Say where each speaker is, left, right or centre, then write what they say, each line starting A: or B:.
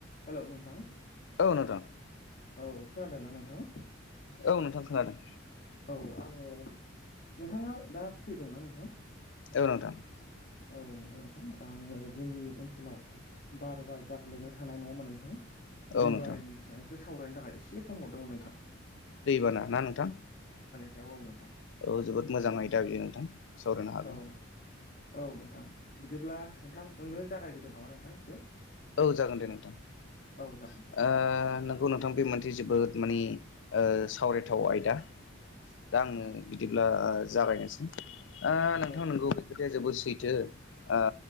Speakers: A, on the left; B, on the left.
A: Hello नोंथां
B: औ नोथा।
A: औ खोनादोंना नोंथां?
B: औ नोंथां खोनादों।
A: औ आङो नोंथाङा दा फ्रि दंना नोंथां?
B: <unintelligible>
A: औ नोंगौ नोंथां आङो जोंनि ओनसोलाव बार बार जाफ्लेबाय थानाय नङामा नोंथां।
B: औ
A: दै
B: नोंथां
A: बानायनि सायावसो सावरायनो थाखाय एसे फन हरदोंमोन नोंथां।
B: दैबाना ना नोंथां?
A: जायाव नोथा।
B: औ जोबोद मोजां आयदा बियो नोंथां सावरायनो हागोन।
A: औ औ नोंथां बिदिब्ला नोंथां नोंनो जागायग्रोदो नामा नोंथां एसे।
B: औ जागोन दे नोंथां। ओ
A: औ जागोन नोंथां
B: नोंगौ नोंथां बे मोनसे जोबोद मानि ओ सावरायथाव आयदा। दा आङो बिदिब्ला जागायनोसै। आ नोंथां
A: औ जागोन
B: नोंगौ बे खोथाया जोबोद सैथो ओ